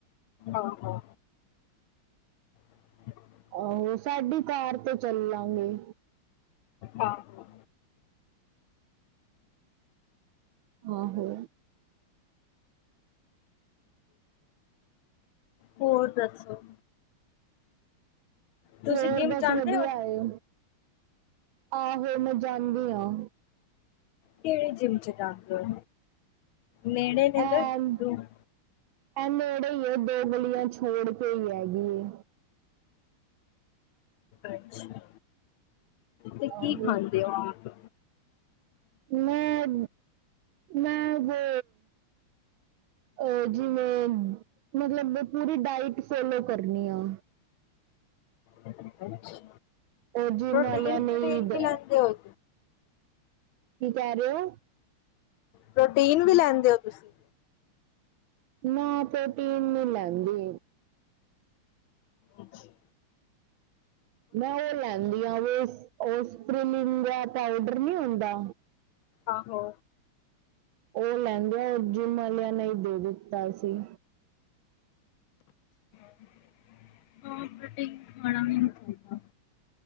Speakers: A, on the left; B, on the right.
A: ਆਹੋ। <inaudible>
B: ਆਹੋ, ਸਾਡੀ ਤਾਰ ਤੇ ਚੱਲਾਂਗੇ।
A: ਆਹੋ।
B: ਆਹੋ।
A: ਹੋਰ ਦੱਸੋ? ਤੁਸੀਂ
B: ਹੋਰ,
A: ਜਿੰਮ
B: ਬਸ
A: ਜਾਂਦੇ
B: ਵਧੀਆ
A: ਹੋ
B: ਏ ਆਹੋ, ਮੈਂ ਜਾਂਦੀ ਆਂ
A: ਕੇੜੇ ਜਿੰਮ 'ਚ ਜਾਂਦੇ ਓ, ਨੇੜੇ ਦੇ
B: ਐਮ
A: ਯਾ ਦੂਰ?
B: ਐ ਨੇੜੇ ਈ ਏ, ਦੋ ਗਲੀਆਂ ਛੋੜ ਕੇ ਈ ਹੈਗੀ ਏ।
A: ਅੱਛਾ ਤੇ ਕੀ
B: ਆਹੋ
A: ਖਾਂਦੇ ਓ ਆਪ?
B: ਮੈਂ, ਮੈਂ ਵੋ ਓ, ਜਿਵੇਂ ਮਤਲਬ ਪੂਰੀ ਡਾਈਟ ਫੋਲੋ ਕਰਨੀ ਆ।
A: ਅੱਛਾ,
B: ਉਹ ਜਿਮ
A: ਪ੍ਰੋਟੀਨ-ਪ੍ਰੋਟੀਨ
B: ਵਾਲਿਆਂ ਨੇ ਹੀ ਦ-
A: ਵੀ ਲੈਂਦੇ ਓ?
B: ਕੀ ਕੇਹ ਰਏ ਓ?
A: ਪ੍ਰੋਟੀਨ ਵੀ ਲੈਂਦੇ ਓ ਤੁਸੀ?
B: ਨਾ, ਪ੍ਰੋਟੀਨ ਨੀ ਲੈਂਦੀ।
A: ਅੱਛਾ।
B: ਮੈਂ ਓ ਲੈਂਦੀ ਆਂ ਓਟਸ <unintelligible> ਪਾਊਡਰ ਨੀਂ ਹੁੰਦਾ।
A: ਆਹੋ।
B: ਓ ਲੈਂਦੇ ਆਂ ਜਿੰਮ ਆਲੇਆਂ ਨੇ ਈ ਦੇ ਦਿੱਤਾ ਸੀ।
A: <unintelligible> ਪ੍ਰੋਟੀਨ ਖਾਣਾ ਵੀ ਨੀਂ ਚਾਈਦਾ।